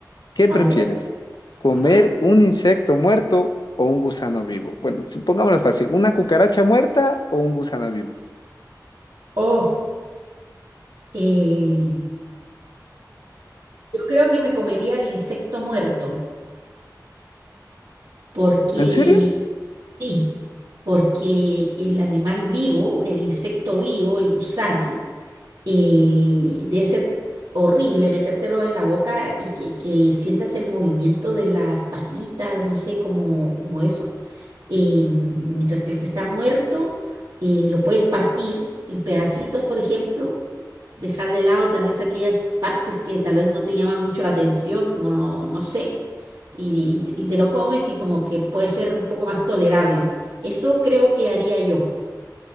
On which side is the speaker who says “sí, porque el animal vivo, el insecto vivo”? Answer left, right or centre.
Right